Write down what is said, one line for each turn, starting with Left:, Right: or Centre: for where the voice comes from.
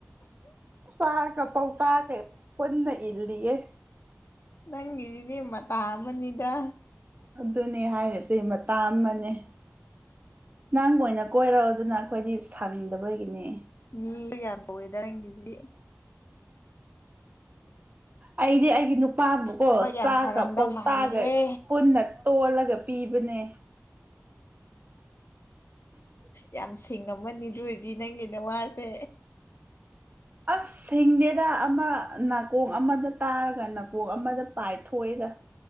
Right: ꯇꯀꯄꯥꯎ ꯇꯥ ꯀꯦ ꯐꯟꯅ ꯏꯜꯂꯤꯌꯦꯦ
Left: ꯅꯪꯗꯤ ꯃ ꯇ ꯍꯥꯝꯕꯅꯤꯗ
Right: ꯑꯗꯨꯅꯤ ꯍꯥꯏꯔꯤꯁꯦ ꯃꯇꯥ ꯑꯃꯅꯦ ꯅꯪꯕꯨ ꯑꯣꯏꯅ ꯀꯣꯏꯔꯛꯣ ꯑꯗꯨꯅ ꯑꯩꯈꯣꯏꯗꯤ ꯁꯪꯗꯕꯒꯤꯅꯦ
Left: ꯏꯂꯒ ꯌꯥꯝ ꯄꯋꯦꯗꯔꯒꯤꯁꯤ
Right: ꯑꯩꯗꯤ ꯑꯩꯒꯤ ꯅꯨꯄꯥꯕꯨꯀꯣ
Left: ꯊꯕꯛ ꯌꯥꯝ
Right: ꯆꯥꯛꯀ
Left: ꯐꯔꯝꯗꯧ
Right: ꯄꯧꯇꯥꯛꯒ
Left: ꯃꯥꯜꯂꯦꯍꯦ
Right: ꯀꯨꯟꯅ ꯇꯣꯜꯂꯒ ꯄꯤꯕꯅꯦ
Left: ꯌꯥꯝ ꯁꯤꯡꯉꯝꯃꯅꯤ ꯑꯗꯨ ꯑꯣꯏꯔꯗꯤ ꯅꯪꯒꯤ ꯅꯍꯦ
Right: ꯑꯁ ꯁꯤꯡꯗꯦꯗ ꯑꯃ ꯅꯥꯀꯣꯡ ꯑꯃꯗ ꯇꯥꯔꯒ ꯅꯥꯀꯣꯡ ꯑꯃꯗ ꯄꯥꯏꯊꯣꯛꯑꯦꯗ